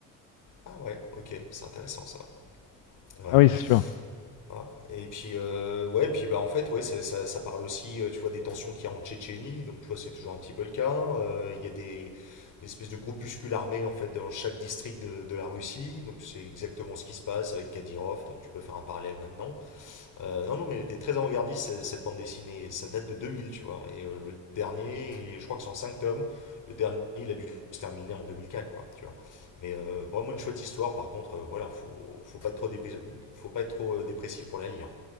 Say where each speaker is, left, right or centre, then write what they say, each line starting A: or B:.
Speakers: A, on the left; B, on the left.
A: Ah ouais, ok, c'est intéressant ça. Ouais.
B: Ah oui, c'est sûr.
A: Ah, et puis, euh, ouais, puis bah, en fait, ouais, ça, ça- ça parle aussi, euh, tu vois, des tensions qu'il y a en Tchétchénie, donc tu vois, c'est toujours un petit peu le cas. Euh, Il y a des, des espèces de groupuscules armés, en fait, dans chaque district de, de la Russie, donc c'est exactement ce qui se passe avec Kadyrov, donc tu peux faire un parallèle maintenant. Euh, non, non, mais elle était très avant-gardiste, cette, cette bande dessinée. Ça date de 2000, tu vois. Et euh, le dernier, je crois que c'est en 5 tomes. Le dernier, il a dû se terminer en 2004, quoi, tu vois. Mais euh, vraiment une chouette histoire, par contre, euh, voilà, faut, faut pas être trop, dépé- faut pas être trop euh, dépressif pour la lire.